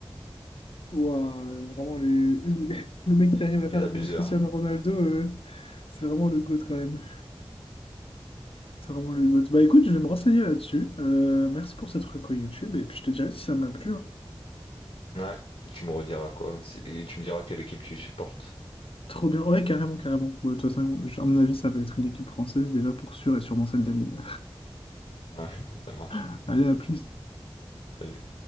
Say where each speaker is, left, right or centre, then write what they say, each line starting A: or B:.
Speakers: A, on the left; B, on the left.
A: Ouah, vraiment, les- les- le mec qui arrive à
B: Les
A: faire
B: abuseurs.
A: venir Cristiano Ronaldo, euh, c'est vraiment le GOAT quand même. C'est vraiment le GOAT. Bah écoute, je vais me renseigner là-dessus. Euh, merci pour cette reco YouTube, et puis je te dirai si ça m'a plu. hein.
B: Ouais, tu me rediras quoi. si- Et tu me diras quelle équipe tu supportes.
A: Trop bien. Ouais, carrément, carrément. Ouais, de toute façon, je- à mon avis, ça va être une équipe française déjà pour sûr et sûrement celle d'Amine.
B: Ouais, <laughs> ça marche.
A: <laughs> Allez, à plus.
B: Salut.